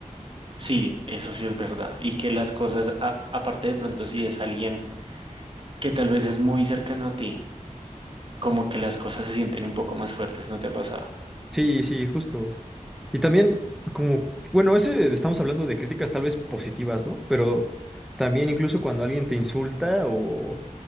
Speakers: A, on the right; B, in the centre.
A: Sí, eso sí es verdad. Y que las cosas, a- aparte de pronto si es alguien que tal vez es muy cercano a ti, como que las cosas se sienten un poco más fuertes, ¿no te ha pasado?
B: Sí, sí, justo. Y también, como, bueno, ese, estamos hablando de críticas tal vez positivas, ¿no? Pero... También incluso cuando alguien te insulta o,